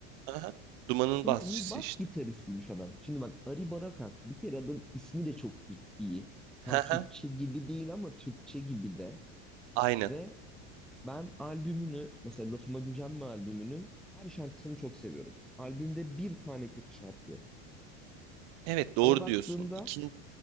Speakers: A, on the right; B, in the centre.
A: aha, Duman'ın
B: Duman'ın
A: basçısı
B: bas
A: işte.
B: gitaristiymiş adam. Şimdi bak Ari Aribarakas bir kere adam ismi de çok güz- iyi.
A: Haha,
B: Tam Türkçe gibi değil ama Türkçe gibi de.
A: Aynen.
B: Ve ben albümünü mesela Lafıma Gücenme albümünün her şarkısını çok seviyorum. Albümde bir tane kötü şarkı yok.
A: Evet, doğru
B: Ama baktığımda
A: diyorsun. İkin,